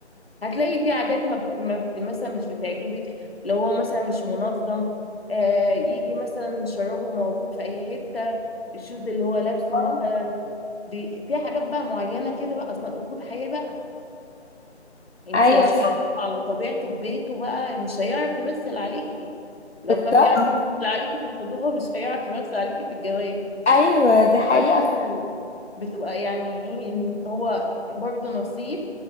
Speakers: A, on the left; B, on the left.
A: هتلاقي في عادات ما, بت... ما بت... مثلا مش بتعجبك لو هو مثلا مش منظم آه يجي مثلا شرابه موجود في اي حته الشوز اللي هو لابسه
B: آه.
A: مثلا بي... في حاجات بقى معينه كده بقى اصلا اسلوب حياه بقى انت
B: ايوه
A: هتشوفي
B: صح
A: على طبيعته في بيته بقى مش هيعرف يمثل عليكي لو
B: بالظبط
A: كان بيعرف يمثل عليكي في الخطوبة مش هيعرف يمثل عليكي في الجواز
B: ايوه
A: هو
B: دي حقيقه
A: برضو
B: فعلا
A: بتبقى يعني ايه ان هو برضو نصيب